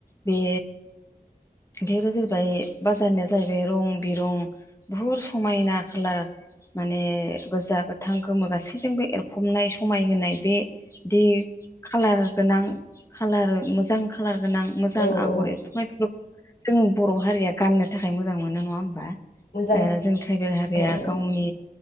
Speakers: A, on the left; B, on the left.
A: बे ओंखाय जाहैबाय बाजारनिया जाहैबाय रं बिरं बुहुत समायना खालार माने गोजा गोथ गोथां गोमो गासैजोंबो एरफबनाय समायहोनाय बेदि कालार गोनां कालार मोजां कालार गोनां मोजां
B: औ
A: आगर
B: औ
A: एरथुमनाय जों बर' हारिया गाननो थाखाय मोजां मोनो नङा होमबा
B: मोजां
A: ओ
B: उम
A: जोंथ ट्राइबेल हारिया
B: उम
A: गावनि